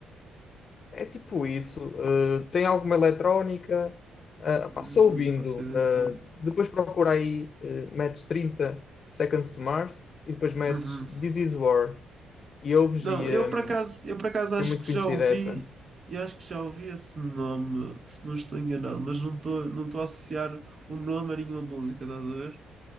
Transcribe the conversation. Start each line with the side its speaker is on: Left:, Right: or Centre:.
Left: É tipo isso. eh, tem alguma eletrónica? eh, pá,
Right: Não
Left: sou ouvindo.
Right: faço ideia,
Left: eh,
Right: então.
Left: depois procura aí, eh, metes 30 Seconds to Mars e depois metes
Right: Uhum.
Left: This Is War. E ouves
Right: Não,
Left: e
Right: eu
Left: eh,
Right: por acaso, eu por acaso acho
Left: é muito
Right: que
Left: conhecida
Right: já ouvi,
Left: essa.
Right: eu acho que já ouvi esse nome, se não estou enganado, mas não estou não estou a associar o nome a nenhuma música, estás a ver?